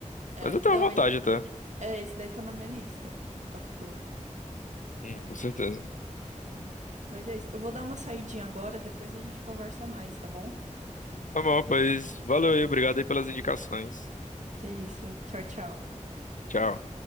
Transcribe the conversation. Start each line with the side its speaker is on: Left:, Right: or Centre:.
Right: É,
Left: Mas eu tenho
Right: não,
Left: vontade
Right: e-
Left: até.
Right: é, esse daí tá na minha lista. Tokyo Ghoul.
Left: Hum, com certeza.
Right: Aham. Mas é isso. Eu vou dar uma saidinha agora, depois a gente conversa mais, tá bom?
Left: Tá bom, pois valeu aí, obrigado aí pelas indicações.
Right: Que é isso. Tchau, tchau.
Left: Tchau.